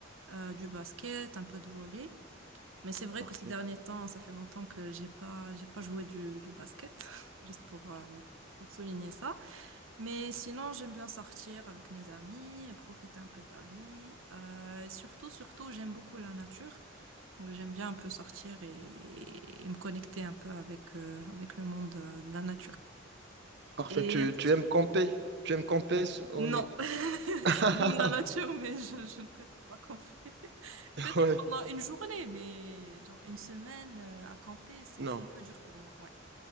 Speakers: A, on the right; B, on the right.
A: euh, du basket, un peu de volley. Mais c'est vrai
B: Parfait.
A: que ces derniers temps, ça fait longtemps que j'ai pas, j'ai pas joué du, du basket, <laughs> juste pour, euh, pour souligner ça. Mais sinon, j'aime bien sortir avec mes amis, profiter un peu de la vie. Euh, et surtout, surtout, j'aime beaucoup la nature. Donc, j'aime bien un peu sortir et, et me connecter un peu avec, euh, avec le monde euh, de la nature.
B: Parfait.
A: Et
B: Tu,
A: pour
B: tu aimes camper? Tu aimes camper? s- au
A: Non,
B: ni-
A: <laughs>
B: <laughs>
A: j'aime la nature, mais je, je ne préfère pas camper. <laughs> Peut-être
B: Ouais.
A: pendant une journée, mais genre une semaine euh, à camper, c'est
B: Non.
A: c'est un peu dur pour moi. Ouais.